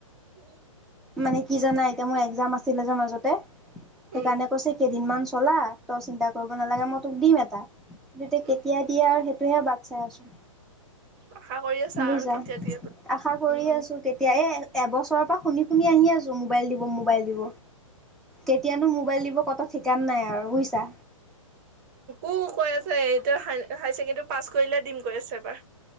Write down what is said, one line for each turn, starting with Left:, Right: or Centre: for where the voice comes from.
Right: উ
Centre: মানে কি জানা এতিয়া মোৰ একজাম আছিলে যে মাজতে সেইকাৰণে
Right: উম,
Centre: কৈছে কেইদিনমান চলা তই চিন্তা কৰিব নালাগে মই তোক দিম এটা কি
Right: উম,
Centre: কেতিয়া দিয়ে আৰু তুহে বাট চাই আছোন
Right: আশা কৰি আছা
Centre: বুইছা
Right: আৰু কেতিয়া দিয়ে বুলি
Centre: আশা কৰি
Right: উম।
Centre: আছো কেতিয়াই এ এবছৰৰ পৰা শুনি শুনি আহি আছো মোবাইল দিব মোবাইল দিব কেতিয়ানো মোবাইল দিব কত ঠিকান নাই আৰু বুইছা
Right: উ কৈ আছে এতিয়া হাই ছেকেণ্ডেৰী পাছ কৰিলে দিম। কৈ আছে এবাৰ